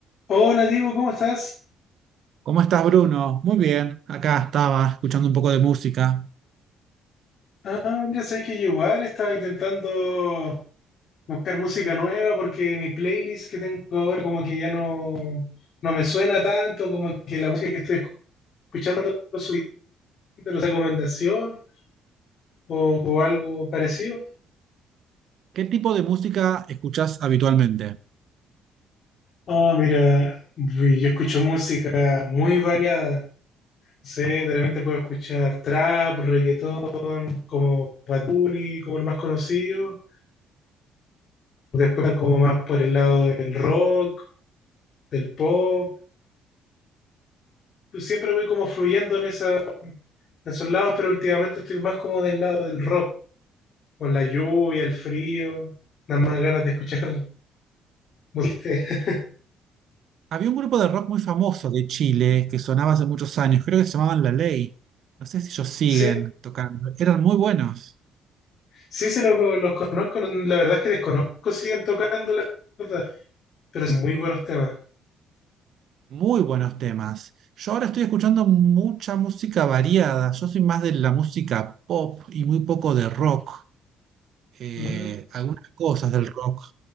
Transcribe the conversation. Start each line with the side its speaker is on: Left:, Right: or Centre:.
Left: Hola Diego, ¿cómo estás?
Right: ¿Cómo estás, Bruno? Muy bien, acá estaba escuchando un poco de música.
Left: Ah, mira, sabes que yo igual estaba intentando buscar música nueva porque mi playlist que tengo ahora como que ya no, no me suena tanto, como que la música que estoy escuchando no lo subí, pero recomendación o, o algo parecido.
Right: ¿Qué tipo de música escuchás habitualmente?
Left: Ah, mira, yo escucho música muy variada. No Sé, de repente puedo escuchar trap, reggaetón, como Bad Bunny, como el más conocido. Después como más por el lado del rock, del pop. pues, siempre voy como fluyendo en, esa, en esos lados, pero últimamente estoy más como del lado del rock, con la lluvia, el frío, las más ganas de escuchar música. <laughs>
Right: Había un grupo de rock muy famoso de Chile que sonaba hace muchos años, creo que se llamaban La Ley. No sé si ellos siguen
Left: Sí,
Right: tocando. Eran muy buenos,
Left: sí se lo- los conozco, la verdad es que desconozco, si siguen tocando, la verdad, pero son muy buenos temas.
Right: muy buenos temas. Yo ahora estoy escuchando mucha música variada. Yo soy más de la música pop y muy poco de rock. Eh,
Left: Mm.
Right: algunas cosas del rock.